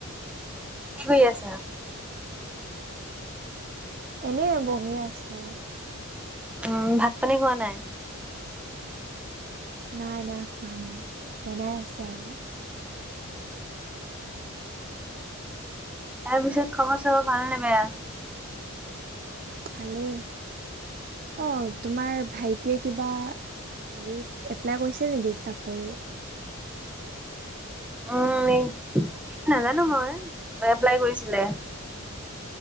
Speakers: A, in the centre; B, on the right.
A: কি কৰি আছা?
B: এনেই বহি আছো।
A: উম ভাত পানী খোৱা নাই?
B: নাই নাই হোৱা নাই বনাই আছে আৰু।
A: তাৰপিছত খবৰ চবৰ ভাল নে বেয়া?
B: ভালেই অ। তোমাৰ ভাইটিয়ে কিবা হেৰি এপ্লাই কৰিছে নেকি চাকৰি
A: উম কি নাজানো মই এপ্লাই কৰিছিলে <unintelligible>